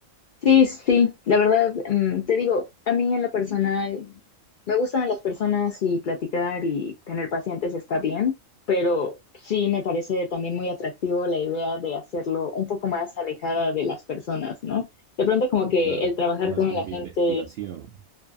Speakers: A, on the left; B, on the right.
A: Sí, sí, la verdad, mm, te digo, a mí en lo personal me gustan las personas y platicar y tener pacientes está bien, pero sí me parece también muy atractivo la idea de hacerlo un poco más alejada de las personas, ¿no? De pronto como que
B: Claro,
A: el trabajar
B: más
A: con
B: como
A: la
B: que
A: gente
B: investigación.